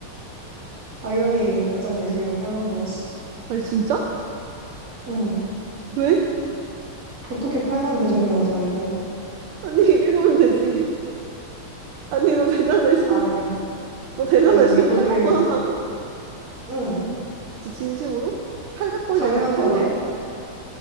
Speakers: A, on the right; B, on the right.
A: 당연히 대장 내시경 8만 번 하지
B: 아니, 진짜?
A: 응.
B: 왜?
A: 어떻게 8만 대장경을 달고.
B: 아니, <laughs> 읽으면 되지. 아니, 너 대장 내시경,
A: 아이,
B: 너 대장
A: 아유,
B: 내시경
A: 그렇게,
B: 8만 번 한다고?
A: 응.
B: 진짜 진심으로? 800번이
A: 당연한
B: 아니라 8만,
A: 거 아니야?